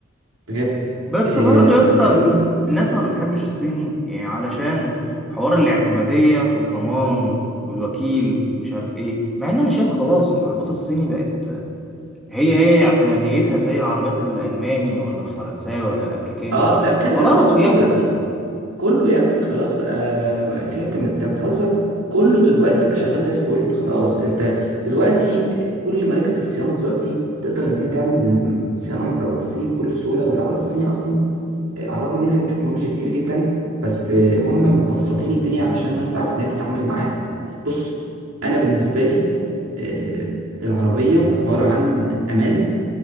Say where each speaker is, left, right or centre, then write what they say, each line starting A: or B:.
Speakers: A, on the right; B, in the centre.
A: بجد
B: بس
A: آه
B: برضه يا اسطى
A: كمان
B: الناس ما بتحبش الصيني يعني علشان حوار الاعتمادية في الضمان والوكيل ومش عارف ايه مع ان انا شايف خلاص يعني العربيات الصيني بقت هي هي اعتماديتها زي العربيات الالماني ولا الفرنساوي ولا الامريكاني
A: اه لا كده
B: خلاص
A: كده خلاص كله
B: يعني
A: يا ابني كله يا ابني خلاص بقى بقى في انت انت بتهزر كله دلوقتي بقى شغال زي الفل خلاص انت دلوقتي كل مراكز الصيانه دلوقتي تقدر ان هي تعمل صيانه للعربيات الصيني بكل سهوله والعربيات الصيني اصلا آه، على الرغم ان هي فيها تكنولوجيا كتير جدا بس آه، هم مبسطين الدنيا علشان الناس تعرف ان هي تتعامل معاه بص انا بالنسبه لي آه، العربيه عباره عن امان